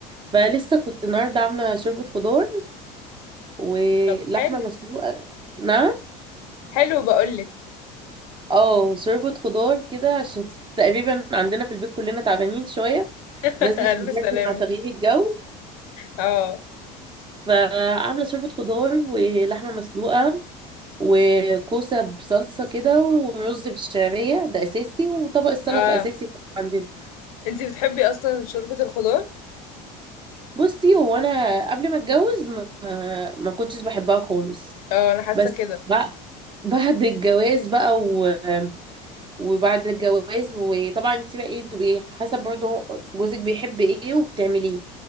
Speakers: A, on the right (about 25°); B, on the left (about 90°).
A: فلسه
B: مم.
A: كنت النهاردة عاملة شوربة خضار ولحمة
B: طب حلو
A: مسلوقة نعم
B: حلو بقولك
A: اه شوربة خضار كده عشان تقريبا عندنا في البيت كلنا تعبانين شوية
B: <laughs>
A: نزلت
B: الف
A: البرد
B: سلامة
A: مع تغيير الجو
B: اه
A: فعاملة شوربة خضار ولحمة مسلوقة وكوسة بصلصة كده ورز بالشعرية ده أساسي وطبق السلطة
B: اه
A: أساسي عندنا
B: انتي بتحبي اصلا شوربة الخضار؟
A: بصي هو أنا قبل ما أتجوز ما, ما كنتش بحبها خالص
B: اه انا حاسة
A: بس
B: كده
A: بقى بعد الجواز بقى و... وبعد الجواز وطبعا انت بقى ايه بتبقي حسب برضه جوزك بيحب ايه وبتعمليه